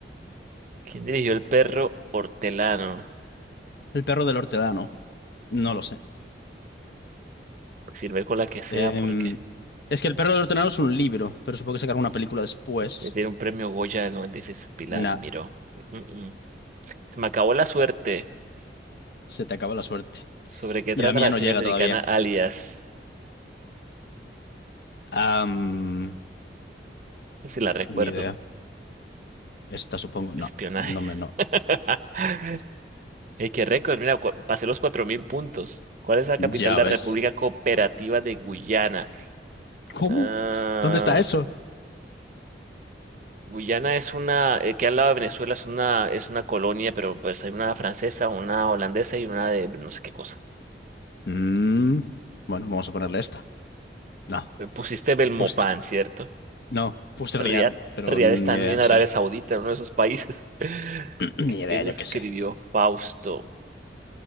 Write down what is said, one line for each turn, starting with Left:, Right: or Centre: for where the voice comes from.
Right: ¿Quién dirigió el perro hortelano?
Left: El perro del hortelano, no lo sé.
Right: Sirve con la que sea
Left: Em,
Right: porque
Left: es que El perro del ordenador es un libro, pero supongo que sacar una película después.
Right: le tiene un premio Goya del 96 Pilar
Left: Nah,
Right: Miró. Mm, mm. mm. Se me acabó la suerte.
Left: se te acaba la suerte.
Right: ¿Sobre qué
Left: Y
Right: trata
Left: la mía
Right: la
Left: no
Right: serie
Left: llega
Right: americana
Left: todavía.
Right: Alias?
Left: Am,
Right: Esa sí la recuerdo.
Left: ni idea. Esta supongo. No,
Right: Espionaje.
Left: no me no.
Right: <laughs> Ey, qué récord. Mira, cua- pasé los 4.000 puntos. ¿Cuál es la capital
Left: Ya
Right: de la
Left: ves.
Right: República Cooperativa de Guyana?
Left: ¿Cómo?
Right: Ah,
Left: ¿Dónde está eso?
Right: Guyana es una, eh, que al lado de Venezuela es una, es una colonia, pero pues hay una francesa, una holandesa y una de no sé qué cosa.
Left: Mm, bueno, vamos a ponerle esta. No,
Right: Eh, Pusiste Belmopan,
Left: justo.
Right: ¿cierto?
Left: No, puse
Right: Riad.
Left: Riad, pero
Right: Riad
Left: ni
Right: está en
Left: idea,
Right: Arabia
Left: sí.
Right: Saudita, en uno de esos países. <laughs>
Left: <clears throat> Ni idea,
Right: ¿Quién
Left: yo
Right: escribió
Left: qué sé.
Right: Fausto?